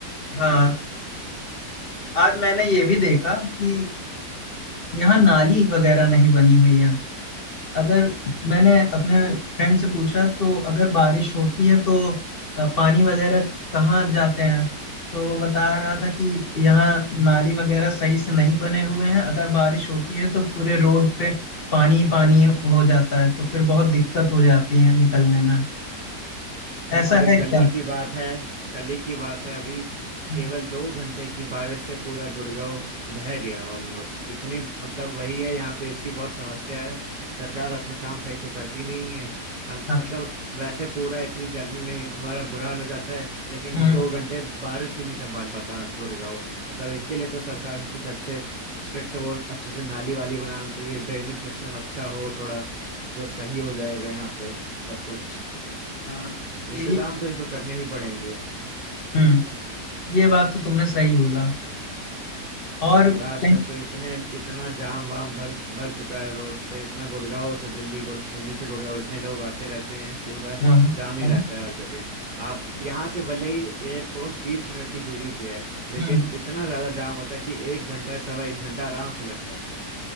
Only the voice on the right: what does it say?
अभी
कल
ही की बात है कल ही की बात है अभी
केवल दो घंटे की बारिश से पूरा गुड़गांव बह गया ऑलमोस्ट इतनी मतलब वही है यहाँ पे इसकी बहुत समस्या है सरकार अपना काम सही से करती नहीं है हम
मतलब वैसे पूरा इतनी गर्मी में हमारा बुरा हाल हो जाता है लेकिन
दो घंटे बारिश भी नहीं संभाल पाता गुड़गांव मतलब इसके लिए तो सरकार को कुछ अच्छे स्ट्रिक्ट वो अच्छे से नाली वाली बनाना चाहिए ड्रेनेज सिस्टम अच्छा हो थोड़ा तो सही हो जाएगा यहाँ पे सब कुछ
इंतजाम
तो इनको करने ही पड़ेंगे
और
आजकल तो इतने इतना जाम वाम भर भर चुका है रोड्स पे इतना गुड़गांव से दिल्ली गुड़- दिल्ली से गुड़गांव इतने लोग आते रहते हैं पूरा
जाम ही
रहता है हर जगह आप यहाँ से भले ही एयरपोर्ट बीस मिनट की दूरी पे है लेकिन
इतना ज्यादा जाम होता है कि एक घंटा सवा एक घंटा आराम से लग जाता है